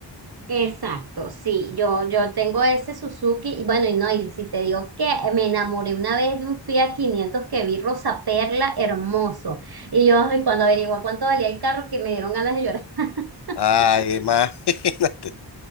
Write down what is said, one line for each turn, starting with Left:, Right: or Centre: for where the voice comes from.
Right: exacto, sí, yo, yo tengo ese Suzuki y bueno, y no, y si te digo que me enamoré una vez de un Fiat 500 que vi rosa perla hermoso. Y yo, ay, cuando averigué cuánto valía el carro, que me dieron ganas de llorar. <laughs>
Left: Ay, <laughs> imagínate,